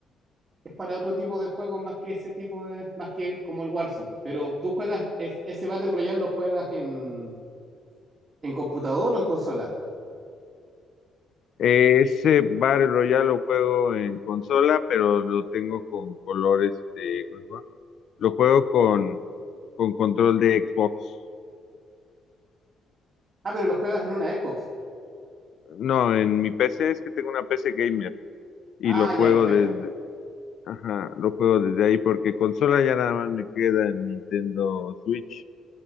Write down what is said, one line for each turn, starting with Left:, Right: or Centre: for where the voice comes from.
Right: es para otro tipo de juegos más que ese tipo de, más que como el Warzone. Pero tú juegas, es- ese Battle Royale lo juegas en, en computador o en consola.
Left: Ese Battle Royale lo juego en consola, pero lo tengo con colores de... ¿Cómo se llama? Lo juego con, con control de Xbox.
Right: Ah, pero lo juegas en una Xbox.
Left: No, en mi PC es que tengo una PC gamer y
Right: Ah,
Left: lo juego
Right: ya, perfecto.
Left: desde, ajá, lo juego desde ahí porque consola ya nada más me queda en Nintendo Switch,